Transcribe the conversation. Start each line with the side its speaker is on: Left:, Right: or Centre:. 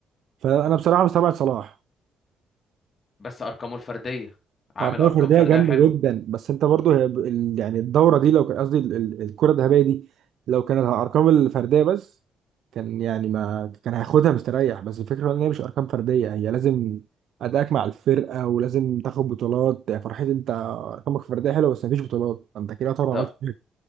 Right: فانا بصراحه مستبعد صلاح
Left: بس ارقامه الفردية عامل
Right: ارقام
Left: ارقام
Right: فرديه
Left: فردية
Right: جامده
Left: حلوة
Right: جدا بس انت برضو هي ب- ال- يعني الدوره دي لو كان قصدي ال- ال- الكره الذهبيه دي لو كانت على الارقام الفرديه بس كان يعني ما كان هياخدها مستريح بس الفكره ان هي مش ارقام فرديه هي لازم ادائك مع الفرقه ولازم تاخد بطولات يعني فرحتي انت ارقامك الفرديه حلوه بس مفيش بطولات انت كده طبعا
Left: طب
Right: عملت حاجة.